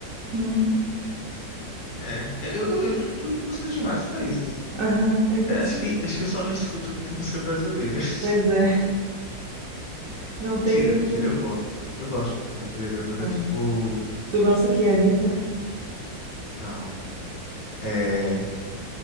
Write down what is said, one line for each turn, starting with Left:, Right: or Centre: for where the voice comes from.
Right: hum.
Left: É, eu, eu, eu escuto músicas de vários países.
Right: Aham, é interessante.
Left: Eu acho que, acho que eu só não escuto muito música brasileira. <laughs>
Right: Pois é, <laughs> não
Left: Mentira,
Right: tem nenhuma.
Left: mentira, eu gosto. Eu gosto de música brasileira, mas
Right: Ah,
Left: é tipo.
Right: tu gosta que é Anitta?
Left: Não. É.